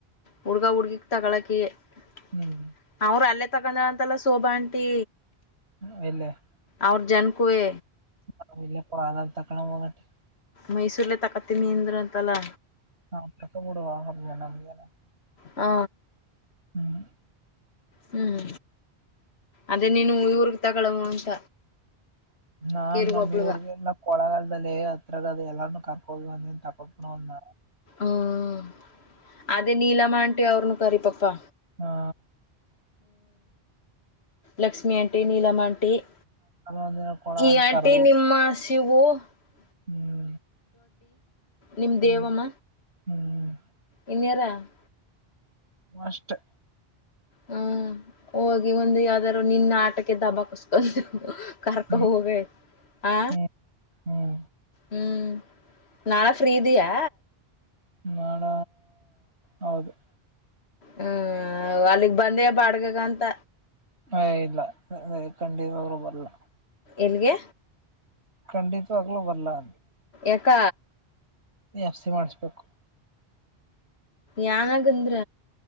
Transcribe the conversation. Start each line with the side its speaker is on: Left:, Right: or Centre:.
Left: ಹುಡ್ಗ- ಹುಡ್ಗಿ ತಗಳಕಿಲಅವ್ರ
Right: ಹ್ಮ್
Left: ಅಲ್ಲೇ ತಗೊಂಡ ಅಂತಲ್ಲ ಸೋಭಾ ಆಂಟಿ,
Right: ಹ್ಮ ಎಲ್ಲಿ, -
Left: ಅವ್ರ ಜನ್ಕುವೆ,
Right: ಹ ಇಲ್ಲ ಪಾದ ತಕ್ಕಣ ಬಂದಟ್ಟೆ <unintelligible>
Left: ಮೈಸೂರ್ಲೆ ತಕ್ಕತಿನಿಅಂದರಂತಲ್ಲಾ.
Right: ಹಾಂಕ್ಕಬೂಡುವ ಅಿಯನಿಯಲ್ಲ <unintelligible>
Left: ಹಾ,,
Right: ಹ್ಮ್,
Left: ಹ್ಮ್, ಅದೇ ನೀನು ಇವರ್ ತಗಳುವ ಅಂತ.
Right: ನಾನ್
Left: ಕೀರ್ಗ
Right: ನಮ್ಮ್
Left: ಒಬ್ಳಗ
Right: ಇವ್ರಗೆಲ್ಲ ಕೊಳಗಾಲದಲ್ಲಿ ಆತ <unintelligible> ಅದು ಎಲ್ಲಾರನ್ನ ಕರ್ಕೋೋಗಿ ಅಂದೇ ತೊಪ್ಪನಂದ <unintelligible>
Left: ಹ್ಮ್, ಅದೇ ನೀಲಮ್ಮ ಆಂಟಿ ಅವ್ರನು ಕರಿ ಪಪ್ಪಾ.
Right: ಹಾ,
Left: ಲಕ್ಷ್ಮಿಆಂಟಿ, ನೀಲಮ್ಮ ಆಂಟಿ-
Right: ಒಂದಿನ ಕೊಳಗಾಲ
Left: ಈ ಆಂಟಿ
Right: ಕರ್ದ
Left: ನಿಮ್ಮ ಹಸಿವು <unintelligible>
Right: ಹ್ಮ್,
Left: ನಿಮ್
Right: ಹ್ಮ್
Left: ದೇವಮ್ಮ.
Right: ಹ್ಮ್,,
Left: ಇನ್ನೇರಾ <inaudible>
Right: ಮಷ್ಟ <inaudible>
Left: ಹಾ, ಹೋಗಿ ಒಂದು ಯಾವ್ದಾದ್ರು ನಿನ್ನ ಆಟಕ್ಕೆ ದಬ್ಬ ಕುಸ್ಕೊಳ್ <unintelligible> ಕರ್ಕ
Right: ಹ್ಮ್
Left: ಹೋಗ ಆ
Right: ಹ್ಮ್ ಹ್ಮ್
Left: ಹ್ಮ್ <unintelligible> ನಾಳೆ ಫ್ರೀದಿಯಾ,,
Right: ನಾಡ ಹೌದು <unintelligible>
Left: ಹ್ಮ್, ಅಲ್ಲಿಗ್ ಬಂದೆಬಾಡ್ಗೆಗಂತ.
Right: ಹ ಇಲ್ಲ ಖಂಡಿತರುೂ ಬಲ್ಲ <unintelligible>
Left: ಎಲ್ಲಿಗೆ
Right: ಖಂಡಿತವಾಗಲು ಬರ್ಲ ಅ
Left: ಎಕ್
Right: ಜಾಸ್ತಿ ಮಾಡಿಸ್ಬೇಕು.
Left: ಯಾವಾಗ ಗಂದ್ರ